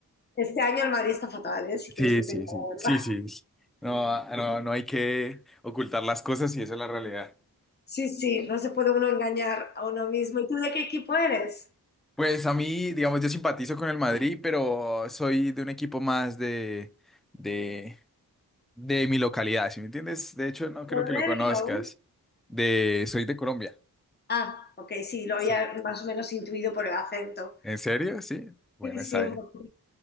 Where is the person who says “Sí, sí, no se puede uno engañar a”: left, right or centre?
Left